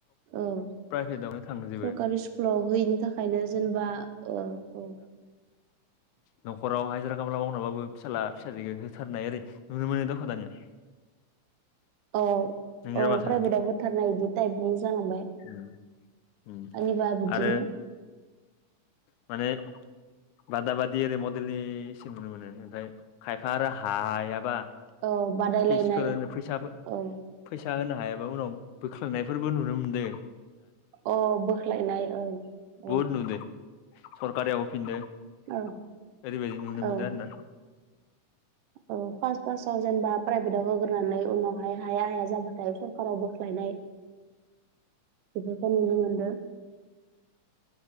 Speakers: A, on the right (about 80°); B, on the left (about 75°).
A: औ
B: प्राइभेटावनो थांजोबो
A: सरकारि स्कुलाव होयिनि था खायनो जेनबा ओ ओ
B: न'खराव हाजिरा खामला मावनाबाबो फिसाला फिसाजोखो होथारनाय ओरै नुनो मोनो दख' दानिया
A: औ
B: नोंनिबा
A: औ
B: मा सानो
A: प्राइभेटव होथारनाय इदि टाइपनि जानां
B: उम उम
A: आनिबा बिदिनो
B: आरो माने बादा बादि ओरै मडेलनि इसे नुनो मोनो ओमफ्राय खायफा आरो हायाबा
A: औ बादायलायनाय
B: फिसफोर फैसा
A: औ
B: फै सा होनो हायाबा उनाव बोख्लांनायफोरबो नुनो मोनदों।
A: अ बोख्लायनाय औ
B: बहुद
A: औ
B: नुदो सरकारियाव होफिनदों ओरैबायदि
A: औ
B: नुनो
A: औ
B: मोनदों आरो ना
A: औ फार्स्ट फार्स्ट जेनेबा प्राइभेटाव होग्रोनानै उनावहाय हाया हाया जाबाथाय सरकाराव बोख्लाय नाय बेफोरखौ नुनो मोनदों